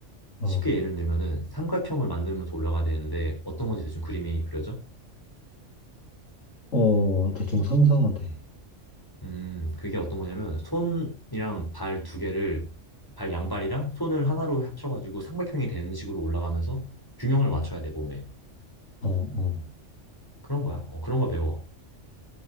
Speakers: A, on the left; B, on the left.
A: 어,
B: 쉽게 예를 들면은 삼각형을 만들면서 올라가야 되는데 어떤 건지 대충 그림이 그려져?
A: 어, 대충 상상은 돼.
B: 음, 그게 어떤 거냐면 손이랑 발 두 개를 발 양발이랑 손을 하나로 합쳐가지고 삼각형이 되는 식으로 올라가면서 균형을 맞춰야 돼, 몸에.
A: 어, 어.
B: 그런 거야. 어, 그런 거 배워.